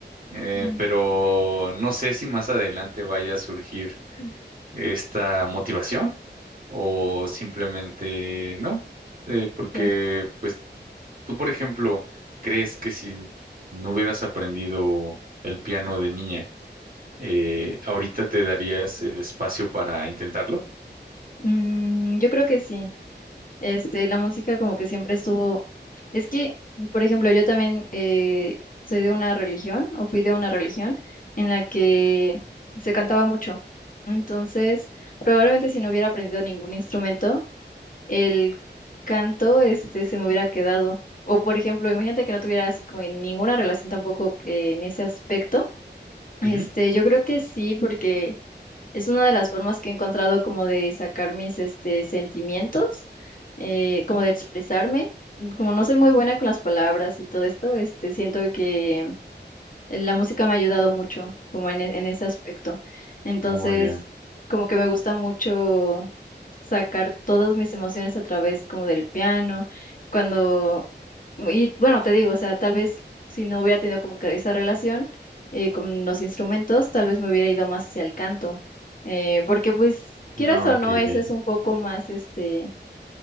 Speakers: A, on the right; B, on the left.
A: Eh,
B: Mm,
A: pero no sé si más adelante vaya a surgir
B: mm,
A: esta motivación o simplemente no, Eh, porque
B: Ya.
A: pues tú, por ejemplo, crees que si no hubieras aprendido el piano de niña, eh, ahorita te darías el espacio para intentarlo.
B: Mm, yo creo que sí. Este, la música como que siempre estuvo. Es que, por ejemplo, yo también eh, soy de una religión o fui de una religión en la que se cantaba mucho. Entonces, Probablemente si no hubiera aprendido ningún instrumento, el canto este se me hubiera quedado. O por ejemplo, imagínate que no tuviera así como ninguna relación tampoco que en ese aspecto. Este,
A: Ujú.
B: yo creo que sí, porque es una de las formas que he encontrado como de sacar mis este sentimientos, eh, como de expresarme. Como no soy muy buena con las palabras y todo esto, este, siento que la música me ha ayudado mucho, como en, e- en ese aspecto. Entonces,
A: Oh, ya.
B: como que me gusta mucho sacar todas mis emociones a través como del piano, cuando, y bueno, te digo, o sea, tal vez si no hubiera tenido como que esa relación eh, con los instrumentos, tal vez me hubiera ido más hacia el canto, eh, porque pues quieras
A: No,
B: o
A: ok,
B: no, eso
A: ya.
B: es un poco más, este,